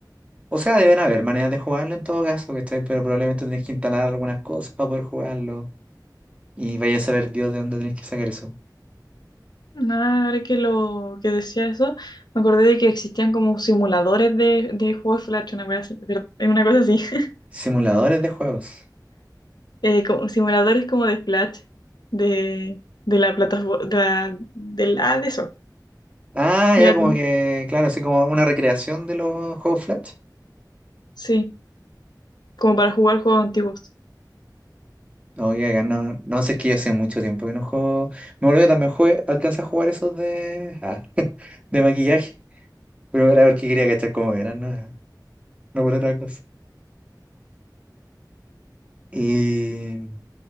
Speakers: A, on the right; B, on the left.
A: O sea, deben haber maneras de jugarlo en todo caso, ¿cachai? Pero probablemente tenés que instalar algunas cosas para poder jugarlo. Y vaya a saber Dios de dónde tenés que sacar eso.
B: Nada, ahora que lo que decía eso, me acordé de que existían como simuladores de, de juegos Flash, una cosa así, pero- eh, una cosa así. <laughs>
A: Simuladores de juegos.
B: Eh, como simuladores como de Flash, de, de la plataforma, de la, del- ah, de eso.
A: Ah,
B: De
A: ya
B: la-
A: como que, claro, así como una recreación de los juegos Flash.
B: sí, como para jugar juegos antiguos.
A: Oye, acá no, no sé, es que yo hace mucho tiempo que no juego. Me acuerdo que también jugué, alcancé a jugar esos de, ah, <laughs> de maquillaje. Pero era porque quería cachar cómo eran, no, no por otra cosa. Y,